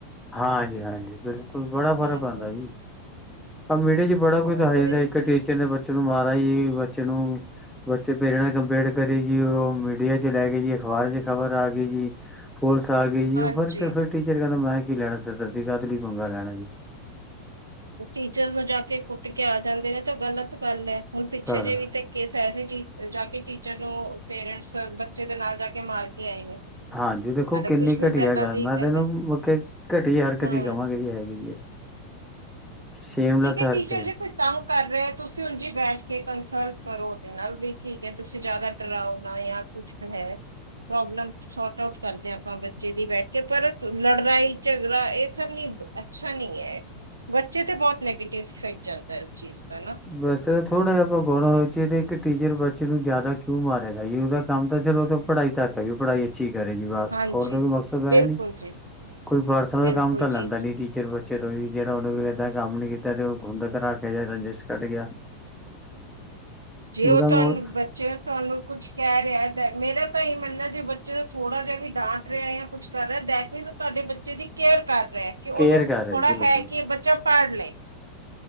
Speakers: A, in the centre; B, on the right.
A: ਹਾਂਜੀ-ਹਾਂਜੀ ਬਿਲਕੁਲ ਬੜਾ ਫ਼ਰਕ
B: ਹਮ
A: ਪੈਦਾ ਜੀਂ ਆ ਵੇੜਾ ਚ ਬੜਾ
B: ਹੋਰ
A: ਕੁਝ ਦਿਖਾਈ ਜਾਂਦਾ
B: ਇਸ
A: ਇੱਕ ਟੀਚਰ ਦੇ ਬੱਚੇ ਨੂੰ ਮਾਰ ਬਾਈ ਬੱਚੇ ਨੂੰ ਬੱਚੇ ਪੇ ਰਹਿਣਾ ਕੰਪੇਅਰ ਕਰੀ ਜੀ ਉਹ ਮੀਡੀਆ ਚ ਲੈ ਕੇ ਜੀ ਅਖਬਾਰ ਚ ਖਬਰ ਆ ਗਈ ਜੀ। ਪੁਲਸ ਆ ਗਈ ਜੀ
B: ਹਾਂਜੀ
A: ਉਹ ਫਿਰ ਟੀਚਰ ਕਹਿੰਦਾ ਮੈਂ, ਕੀ ਲੈਣਾ ਸਿਰ ਦਰਦ ਦੀ ਕਾਹ ਤੇ ਲਈ ਪੰਗਾ ਲੈਣਾ ਜੀ।
B: ਟੀਚਰਸ ਨੂੰ ਜਾ ਕੇ ਕੁੱਟ ਕੇ ਆ ਜਾਂਦੇ ਨੇ ਤੇ ਗ਼ਲਤ ਗੱਲ ਐ। ਹੁਣ ਪਿੱਛੇ
A: ਘਰ
B: ਜੇ
A: ਦਾ
B: ਵੀ ਤੇ ਕੇਸ ਆਇਆ ਸੀ। ਜਾ ਕੇ ਟੀਚਰ ਨੂੰ ਪੇਰੈਂਟਸ ਬੱਚੇ ਦੇ ਨਾਲ ਜਾ ਕੇ ਮਾਰ ਕੇ ਆਏ।
A: ਹਾਂਜੀ, ਦੇਖੋ
B: ਹਾਲੇ
A: ਕਿੰਨੀ
B: ਕੁਛ ਦਿਨ
A: ਘਟੀਆ
B: ਪਹਿਲਾਂ
A: ਗੱਲ
B: ਦੀ
A: ਮੈਂ ਤ ਇਹਨੂੰ
B: ਹੈ
A: ਮ ਘਟੀਆ ਹਰਕਤ
B: ਹਾਂ
A: ਕਵਾਂਗੇ ਜੀ। ਸੇਮਲਾ
B: ਠੀਕ ਹੈ
A: ਸਾਰਕ,
B: ਟੀਚਰ ਜੇ ਕੋਈ ਤੰਗ ਕਰ ਰਹੇ ਤੁਸੀਂ ਉਲਝੀ ਬੈਠ ਕੇ ਕੰਸਲਟ ਕਰੋ ਉਹਦੇ ਨਾਲ ਵੀ ਠੀਕ ਜੇ ਤੁਸੀਂ ਜਿਆਦਾ ਡਰਾ ਨਾ ਪ੍ਰੋਬਲਮ ਸੋਰਟ ਆਫ ਕਰਦੇ ਆ ਆਪਾਂ ਬੱਚੇ ਦੀ ਬੈਠ ਕੇ ਪਰ ਲੜਨਾ ਇਹ ਸਭ ਹੀ ਅੱਛਾ ਨਹੀਂ ਹੈ ਬੱਚੇ ਤੇ ਬਹੁਤ, ਨੈਗੇਟਿਵ ਇਫੈਕਟ ਚੱਲਦਾ ਹੈ ਇਸ ਚੀਜ਼ ਦਾ ਨਾ
A: ਬਸ ਇਹ ਥੋੜਾ ਜਿਹਾ ਆਪ ਗੁਣ ਹੋ ਚ ਤੇ ਇੱਕ ਟੀਚਰ ਬੱਚੇ ਨੂੰ ਜਿਆਦਾ ਕਿਉਂ ਮਾਰੇਗਾ ਜੀ ਉਹਦਾ ਕੰਮ ਤਾਂ ਫਿਰ ਉਹ ਪੜ੍ਹਾਈ ਤੱਕ ਹੈ ਵੀ ਪੜਾਈ ਅੱਛੀ, ਕਰੇ ਜੀ ਬਸ
B: ਹਾਂਜੀ
A: ਹੋਰ ਤਾਂ ਕੋਈ ਮਕਸਦ
B: ਬਿਲਕੁਲ
A: ਇਹ ਨੀ
B: ਜੀ
A: ਕੋਈ ਪਰਸਨਲ
B: ਬਿਲਕੁਲ
A: ਕੰਮ ਤਾਂ
B: ਜੀ
A: ਲੈਂਦਾ ਨੀ ਟੀਚਰ ਬੱਚੇ, ਜਦੋਂ ਵੀ ਜਿਹੜਾ ਉਹਨੇ ਕੋ ਏਦਾਂ ਕੰਮ ਨੀ ਕੀਤਾ ਤੇ ਉਹ ਖੁੰਦ ਕਰ ਰੱਖਿਆ ਜਾ ਰੰਜ ਛੱਡ ਗਿਆ।
B: ਜੇ
A: ਉਹਦਾ
B: ਉਹ ਤੁਹਾਨੂੰ
A: ਮੋੜ
B: ਬੱਚੇ ਤੁਹਾਨੂੰ ਕੁਛ ਕਹਿ ਰਿਹਾ ਮੇਰਾ, ਤਾਂ ਹੀ ਮੰਨਦਾ ਜੇ ਬੱਚੇ ਨੂੰ ਥੋੜ੍ਹਾ ਜਿਹਾ ਵੀ ਡਾਂਟ ਰਿਹਾ ਜਾਂ ਕੁਛ ਕਰ ਰਿਹਾ ਬੈਕ ਵੀ ਤੁਹਾਡੇ ਬੱਚੇ ਦੀ ਕੇਅਰ ਕਰ। ਰਹਿ ਕੇ ਉਹਨੂੰ
A: ਕੇਅਰ ਕਰ ਰਿਹਾ
B: ਥੋੜਾ
A: ਜੀ ਬਿਲਕੁਲ।
B: ਹੈ ਕਿ ਇਹ ਬੱਚਾ, ਪੜਲੇ,